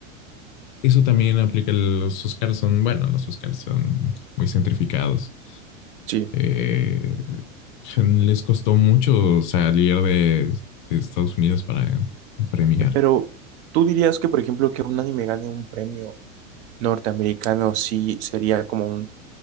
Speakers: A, on the left; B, on the right.
A: Eso también aplica, los Oscars son, bueno, los Oscars son muy centrificados.
B: Sí,
A: Eh, les costó mucho salir de, de Estados Unidos para premiar.
B: pero ¿tú dirías que, por ejemplo, que un anime gane un premio norteamericano sí sería como un